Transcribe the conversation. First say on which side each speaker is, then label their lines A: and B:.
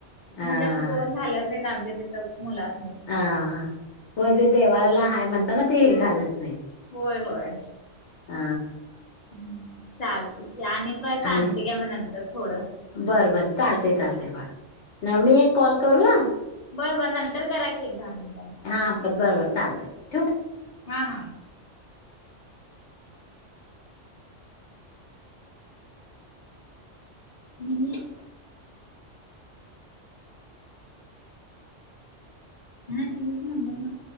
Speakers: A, on the left (about 70°); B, on the left (about 35°).
A: हा
B: म्हणजे असं दोन घालत नाहीत आमच्या तिथं मुलासनी.
A: हा हा होय ते देवाला हाय म्हणताना ते घालत नाहीत.
B: होय होय.
A: आ
B: हम्म चालते की, आणि पण सांगते
A: आणि
B: घ्या म नंतर थोड.
A: बरं बरं चालते चालते बरं मी एक कॉल करूया.
B: बरं बर नंतर करा की दहा मिनिट.
A: हा अ बरोबर चालतय.
B: हा हा. हे <unintelligible> हा तेच नबर म